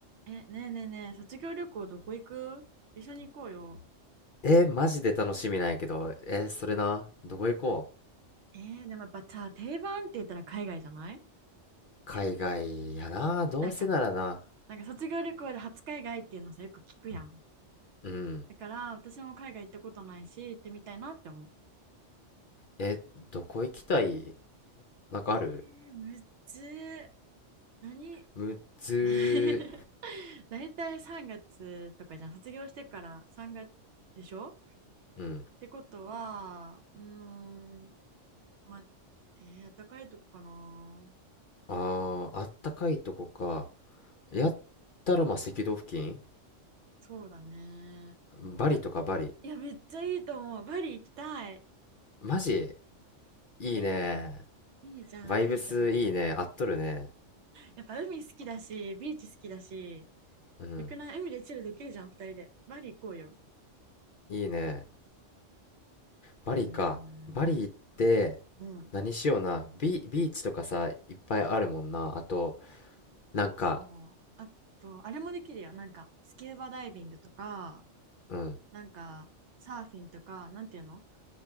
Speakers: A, on the right (about 70°); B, on the left (about 55°).
A: え、ねえねえねえ、卒業旅行どこ行く一緒に行こうよ。
B: えー、マジで楽しみなんやけど、えー、それな、どこ行こう
A: えー、でもやっぱさ、定番って言ったら海外じゃない
B: 海外やな、どうせならな。
A: なんか、なんか卒業旅行で初海外っていうのさ、よく聞くやん。
B: うん。
A: だから私も海外行ったことないし、行ってみたいなって思う。
B: え、どこ行きたいなんかある
A: えー、むっずー。何
B: むずー、
A: <laughs> 大体3月とかじゃん。卒業してから3月でしょ
B: うん。
A: ってことは、うーん、まあ、えー、あったかいとこかな。
B: あー、あったかいとこか。やったらまあ赤道付近
A: そうだね。
B: バリとかバリ。
A: やっ、いや、めっちゃいいと思う。バリ行きたい。
B: マジいいね。
A: え、いいじゃん、
B: バイブスいいね。
A: いいじゃん。
B: 合っとるね。
A: やっぱ海好きだし、ビーチ好きだし、
B: うん。
A: よくない海でチルできるじゃん、二人で。バリ行こうよ。
B: いいね。バリか。
A: うーん。
B: バリ行って、
A: うん、
B: 何しような。ビ、ビーチとかさ、いっぱいあるもんな。あと、なんか、
A: そう。あと、あれもできるよ。なんか、スキューバダイビングとか、
B: うん。
A: なんか、サーフィンとか、なんていうの